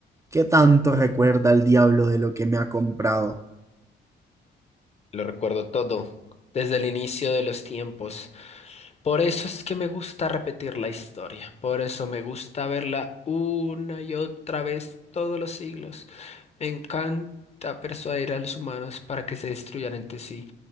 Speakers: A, on the right; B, on the left.
A: ¿Qué tanto recuerda el diablo de lo que me ha comprado?
B: Lo recuerdo todo, desde el inicio de los tiempos, Por eso es que me gusta repetir la historia, por eso me gusta verla una y otra vez todos los siglos. Me encanta persuadir a los humanos para que se destruyan entre sí.